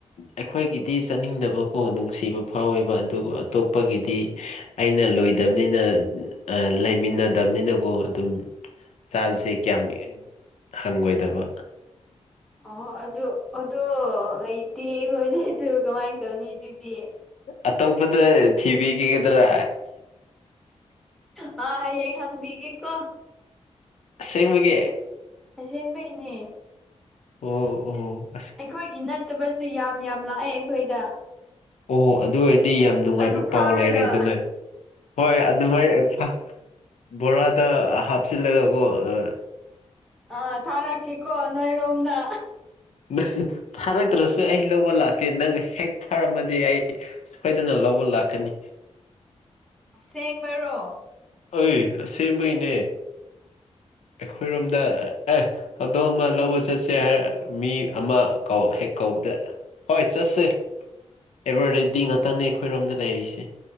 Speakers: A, on the left (about 70°); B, in the centre.
A: ꯑꯩꯈꯣꯏꯒꯤꯗꯤ ꯆꯥꯅꯤꯡꯗꯕ ꯑꯣ ꯅꯨꯡꯁꯤꯕ ꯐꯥꯎꯋꯦꯕ ꯑꯗꯨꯕꯨ ꯑꯇꯣꯞꯄꯒꯤꯗꯤ ꯑꯩꯅ ꯂꯣꯏꯗꯕꯅꯤꯅ ꯑ ꯂꯩꯃꯤꯟꯅꯗꯕꯅꯤꯅꯀꯣ ꯑꯗꯨꯝ ꯆꯥꯕꯁꯦ ꯀꯌꯥꯝ ꯍꯪꯒꯣꯏꯗꯕ
B: ꯑꯣ ꯑꯗꯨ ꯑꯗꯣ ꯂꯩꯇꯦꯈꯣꯏꯗꯁꯨ ꯀꯃꯥꯏꯅ ꯇꯧꯅꯤ ꯑꯗꯨꯗꯤ
A: ꯑꯇꯣꯞꯄꯗ ꯊꯤꯕꯤꯈꯤꯒꯗ꯭ꯔꯥ
B: ꯑ ꯍꯌꯦꯡ ꯍꯪꯕꯤꯒꯦꯀꯣ
A: ꯑꯁꯦꯡꯕꯒꯤ
B: ꯑꯁꯦꯡꯕꯩꯅꯦ
A: ꯑꯣꯍꯣ ꯑꯣꯍꯣ
B: ꯑꯩꯈꯣꯏꯒꯤ ꯅꯠꯇꯕꯁꯨ ꯌꯥꯝ ꯌꯥꯝ ꯂꯥꯛꯑꯦ ꯑꯩꯈꯣꯏꯗ
A: ꯑꯣꯍꯣ ꯑꯗꯨ ꯑꯣꯏꯔꯗꯤ ꯌꯥꯝ ꯅꯨꯡꯉꯥꯏꯕ
B: ꯑꯗꯨ
A: ꯄꯥꯎ
B: ꯐꯥꯔꯒ
A: ꯂꯩꯔꯦꯗꯅ ꯍꯣꯏ ꯑꯗꯨꯃꯥꯏ ꯐꯥ ꯕꯣꯔꯥꯗ ꯍꯥꯞꯆꯤꯜꯂꯒ ꯀꯣ ꯑ
B: ꯑꯥ ꯊꯥꯔꯛꯀꯦꯀꯣ ꯅꯣꯏꯔꯣꯝꯗ
A: <unintelligible> ꯐꯥꯔꯛꯇ꯭ꯔꯁꯨ ꯑꯩ ꯂꯧꯕ ꯂꯥꯛꯀꯦ ꯅꯪ ꯍꯦꯛ ꯐꯥꯔꯝꯃꯗꯤ ꯑꯩ ꯁꯣꯏꯗꯅ ꯂꯧꯕ ꯂꯥꯛꯀꯅꯤ
B: ꯑꯁꯦꯡꯕꯔꯣ
A: ꯑꯩ ꯑꯁꯦꯡꯕꯒꯤꯅꯦ ꯑꯩꯈꯣꯏꯔꯣꯝꯗ ꯑꯦ ꯍꯧꯗꯣꯡ ꯑꯃ ꯂꯧꯕ ꯆꯠꯁꯦ ꯍꯥꯏꯔ ꯃꯤ ꯑꯃ ꯍꯦꯛ ꯀꯧꯕꯗ꯭ꯔꯦ ꯍꯣꯏ ꯆꯠꯁꯦ ꯑꯦꯕꯔ ꯔꯦꯗꯤ ꯉꯥꯛꯇꯪꯅꯦ ꯑꯩꯈꯣꯏꯔꯣꯝꯗ ꯂꯩꯔꯤꯁꯦ